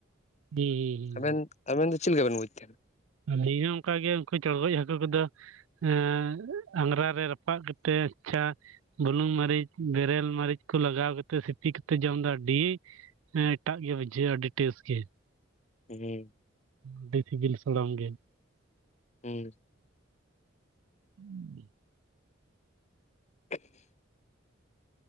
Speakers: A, on the right (about 80°); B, on the left (about 35°).
A: ᱦᱩᱸ
B: ᱟᱵᱮᱱ ᱟᱵᱮᱱ ᱫᱚ ᱪᱮᱫ ᱞᱮᱠᱟᱵᱮᱱ ᱵᱩᱡᱽ ᱛᱟᱦᱮᱸᱱᱟ ᱾
A: ᱟᱞᱤᱧ ᱦᱚᱸ ᱚᱱᱠᱟ ᱜᱮ ᱩᱱᱠᱩ ᱪᱚᱲᱜᱚᱡ ᱦᱟᱹᱠᱩ ᱠᱚᱫᱚᱼᱼ ᱮᱸ ᱟᱝᱜᱨᱟ ᱨᱮ ᱨᱟᱯᱟᱜ ᱠᱟᱛᱮᱫ ᱟᱪᱪᱷᱟᱼᱼ ᱵᱩᱞᱩᱝ ᱢᱟᱹᱨᱤᱪ ᱵᱮᱨᱮᱞ ᱢᱟᱹᱨᱤᱪ ᱠᱚ ᱞᱟᱜᱟᱣ ᱠᱟᱛᱮᱫ ᱥᱤᱯᱤ ᱠᱟᱛᱮ ᱡᱚᱢ ᱫᱚ ᱟᱹᱰᱤᱼᱼ ᱦᱮᱸ ᱮᱴᱟᱜ ᱜᱮ ᱵᱩᱡᱷᱟᱹᱜᱼᱟ ᱟᱹᱰᱤ ᱴᱮᱥᱴ ᱜᱮ ᱾
B: ᱩᱸ ᱦᱩᱸ
A: ᱟᱹᱰᱤ ᱥᱤᱵᱤᱞ ᱥᱲᱟᱢ ᱜᱮ ᱾
B: ᱦᱩᱸ
A: <unintelligible>
B: <unintelligible>